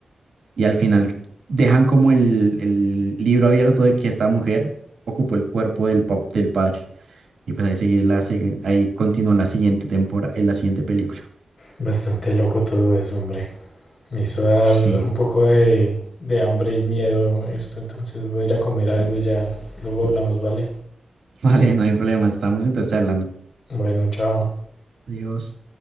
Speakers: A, on the right; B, on the left.
A: y al final dejan como el, el libro abierto de que esta mujer ocupó el cuerpo del, pa- del padre. Y pues ahí sigue la, se- ahí continúa la siguiente temporada, en la siguiente película.
B: bastante loco todo eso, hombre. Me hizo dar
A: Sí,
B: un poco de, de hambre y miedo esto, entonces voy a ir a comer algo y ya luego hablamos, ¿vale?
A: <laughs> vale, no hay problema, estamos entonces hablando.
B: Bueno, chao.
A: Adiós.